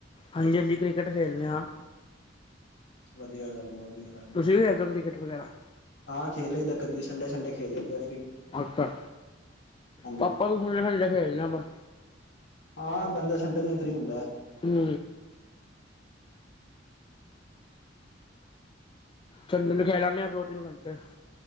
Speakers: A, on the left; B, on the left.
A: ਹਾਂਜੀ-ਹਾਂਜੀ, ਕ੍ਰਿਕਟ ਖੇਡਲਣੇ ਹਾਂ।
B: ਵਧੀਆ ਗੱਲ, ਵਧੀਆ ਗੱਲ
A: ਤੁਸੀਂ ਵੀ ਖੇਲਦੇ ਹੋ ਕ੍ਰਿਕਟ ਵਗੈਰਾ
B: ਹਾਂ ਖੇਲ ਲਈ ਦਾ ਕਦੀ ਸੰਡੇ-ਸੰਡੇ ਖੇਲੇ ਲਈ ਦਾ।
A: ਅੱਛਾ,
B: ਹਾਂਜੀ
A: ਪਾਪਾ ਨਾਲ ਖੇਡ ਖੇਲਦੇ ਆਪਾਂ।
B: ਹਾਂ, ਬੰਦਾ ਸੰਡੇ ਨੂੰ ਫਰੀ ਹੁੰਦਾ।
A: ਹੂੰ। ਸੰਡੇ ਨੂੰ ਖੇਲ ਆਣੇ ਦੋ ਤਿੰਨ ਘੰਟੇ।